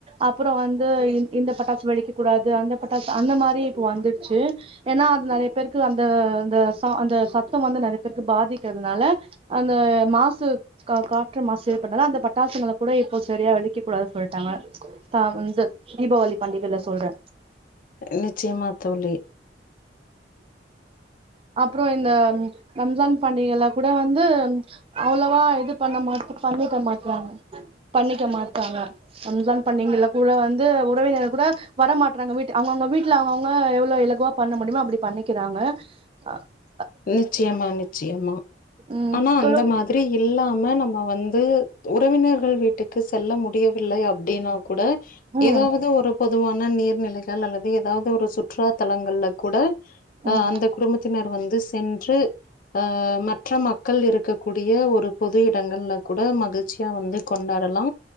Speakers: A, on the right; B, on the left.
A: அப்புற வந்து இந்த பட்டாசு வெடிக்க கூடாது அந்த பட்டாசு அந்த மாரி இப்ப வந்துடுச்சு ஏன்னா அது நெறைய பேருக்கு அந்த அந்த ச அந்த சத்தம் வந்து நெறைய பேருக்கு பாதிக்கிறதுனால அந்த மாசு கா காற்று மாசு பட்னால அந்த பட்டாசுங்கள கூட இப்போ சரியா வெடிக்கக் கூடாது சொல்ட்டாங்க தா ரம்ச தீபாவளி பண்டிகைல சொல்றே
B: நிச்சியமா தோழி
A: அப் றோ இந்த ரம்ஜான் பண்டிகைல கூட வந்து அவ்ளவா இது பண்ண மாட் பண்ணிக்க மாட்றாங்க பண்ணிக்க மாட்டாங்க ரம்ஜான் பண்டிங்கல்ல கூட வந்து உறவினர் கூட வரமாட்றாங்க வீட்டு அவுங்கவுங்க வீட்ல அவுங்கவுங்க எவ்ளோ இலகுவா பண்ண முடியுமா அப்பிடி பண்ணிக்கிறாங்க அ
B: நிச்சயமா நிச்சயமா
A: ம்
B: ஆனா
A: தொழு
B: அந்த மாதிரி இல்லாம நம்ம வந்து உறவினர் கள் வீட்டுக்கு செல்ல முடியவில்லை அப்டினா கூட
A: ம்
B: எதாவது ஒரு பொதுவான நீர்நிலைகள் அல்லது எதாவ்து ஒரு சுற்றுலா தலங்கள்ல கூட
A: ம்
B: அ அந்த குடும்பத்தினர் வந்து சென்று அ மற்ற மக் கள் இருக்கக்கூடிய ஒரு பொது இடங்கள்ல கூட மகிழ்ச்சியா வந்து கொண்டாடலா